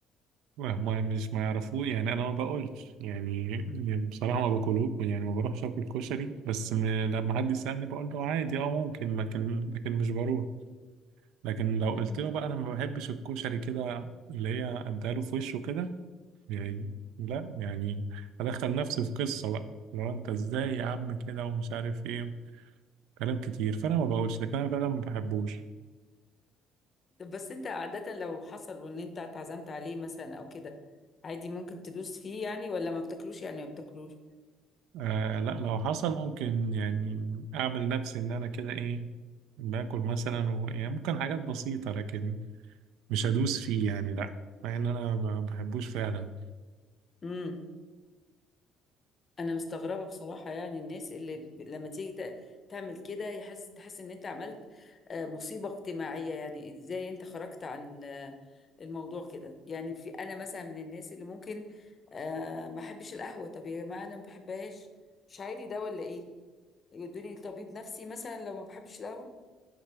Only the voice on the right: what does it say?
ما مش ما يعرفوه يعني انا ما باكلش يعني بصراحه ما باكلوش يعني ما بروحش اكل كشري بس م... لما حد يسالني بقول له عادي اه ممكن لكن لكن مش بروح لكن لو قلت
له بقى انا ما بحبش الكشري كده اللي هي اداله في وشه كده يعني لا يعني ادخل نفسي في قصه بقى لو انت ازاي يا عم كده ومش عارف ايه كلام كتير فانا ما بقولش لكن انا فعلا ما بحبوش
آه لا لو حصل ممكن يعني اعمل نفسي ان انا كده ايه باكل مثلا و... يعني ممكن حاجات بسيطة لكن مش هدوس فيه يعني لا مع ان انا ما بحبوش فعلا